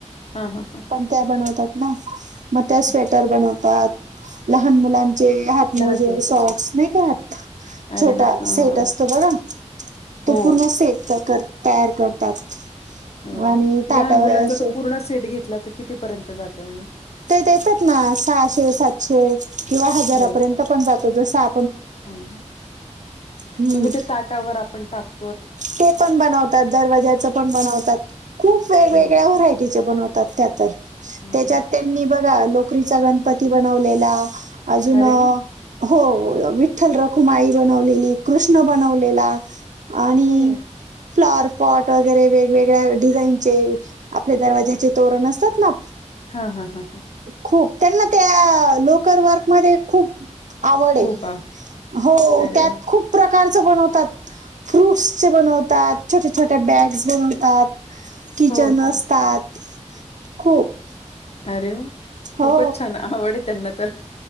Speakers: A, on the left (about 55°); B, on the right (about 75°).
A: हा हा हा
B: त्या बनवतात ना, म त्या
A: अच्छा
B: स्वेटर बनवतात. लहान मुलांचे, हात
A: लहान
B: मोजे,
A: मुलांचे
B: सॉक्स नाही का राहत.
A: अरे
B: छोटा
A: वा! हां.
B: सेट असतो बघा,
A: हो,
B: तो पूर्ण सेट त्या कर तयार करतात.
A: हो ना,
B: आणि ताटावर
A: लहान मुलांचा
B: असे
A: तो पूर्ण सेट घेतला त, कितीपर्यंत जातो आणि.
B: ते देतात ना, सहाशे, सातशे किंवा हजारापर्यंत
A: हो का?
B: पण जातो, जस आ
A: हो ना,
B: हम्म
A: तुम्ही ते ताटावर आपण टाक
B: ते पण बनवतात, दरवाज्याच पण बनवतात, खूप वेगवेगळ्या
A: हो
B: वराय
A: का?
B: टिच्या बनवतात, त्या तर,
A: हं,
B: त्याच्यात
A: हं.
B: ते. त्यानी बघा, लोकरीचा गणपती बनवलेला, अजून
A: अरे
B: अ
A: वाह!
B: हो, विठ्ठल रखुमाई बनवलेली, कृष्ण बनवलेला, आणि
A: हो.
B: फ्लार पॉट वगैरे वेगवेगळ्या डिझाईनचे आपले दरवाज्याचे तोरण असतात ना.
A: हा-हा-हा-हा.
B: खूप त्यांना त्या लोकर वर्कमध्ये खूप आवडे,
A: खूप आ
B: हो
A: अरे
B: त्यात
A: वाह!
B: खूप प्रकारच बनवतात. फ्रूट्स बनवतात. छोटे छोट्या बॅग्स बनवतात. किचन
A: हो का?
B: असतात. खूप.
A: अरे.. ! खूपच
B: हो
A: छान, आवड आहे त्यांना तर.